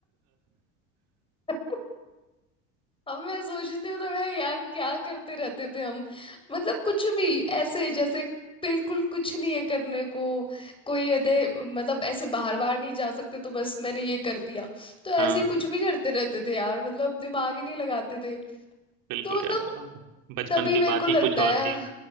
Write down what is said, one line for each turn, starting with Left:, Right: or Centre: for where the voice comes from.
Left: <laughs> अब मैं सोचती हूँ तो मैं यार क्या करते रहते थे हम मतलब कुछ भी ऐसे जैसे बिल्कुल कुछ नहीं है करने को कोई अदे मतलब ऐसे बाहर बाहर नहीं जा सकते तो बस मैंने ये कर दिया तो ऐसे
Right: हाँ <laughs>
Left: ही
Right: हाँ
Left: कुछ भी करते रहते थे यार मतलब दिमाग ही नहीं लगाते थे
Right: बिल्कुल
Left: तो मतलब
Right: यार ब- बचपन
Left: तभी
Right: की
Left: मेरे
Right: बात
Left: को लगता
Right: ही कुछ
Left: है
Right: और थी